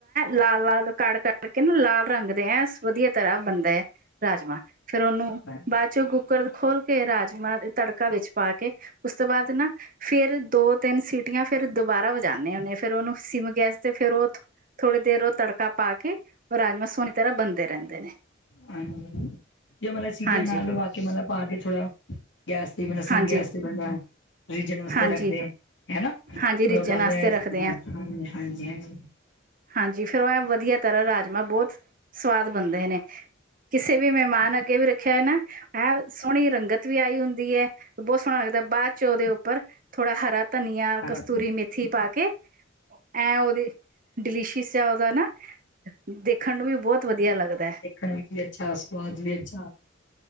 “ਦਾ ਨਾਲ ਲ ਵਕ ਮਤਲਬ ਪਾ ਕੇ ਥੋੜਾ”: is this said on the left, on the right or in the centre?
Left